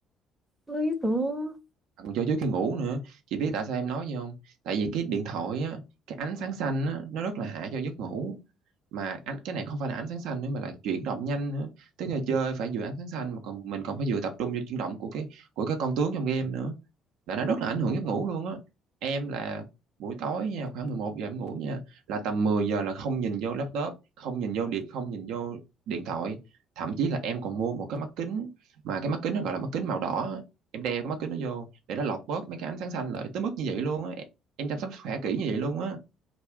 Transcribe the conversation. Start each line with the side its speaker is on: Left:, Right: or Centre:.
Centre: Không biết nữa,
Right: còn cho trước khi ngủ nữa chị biết tại sao em nói gì không tại vì cái điện thoại á cái ánh sáng xanh á nó rất là hại cho giấc ngủ mà ánh cái này không phải là ánh sáng xanh nữa mà là chuyển động nhanh nữa tức là chơi phải vừa ánh sáng xanh mà còn mình còn phải vừa tập trung vô chuyển động của cái của cái con tướng trong game nữa là nó rất là ảnh hưởng giấc ngủ luôn á em là buổi tối nha khoảng 11 giờ em ngủ nha là tầm 10 giờ là không nhìn vô laptop không nhìn vô điện không nhìn vô điện thoại thậm chí là em còn mua một cái mắt kính mà cái mắt kính nó gọi là mắt kính màu đỏ á. em đeo cái mắt kính đó vô để nó lọc bớt mấy cái ánh sáng xanh lại tới mức như vậy luôn á em em chăm sóc sức khỏe kỹ như vậy luôn á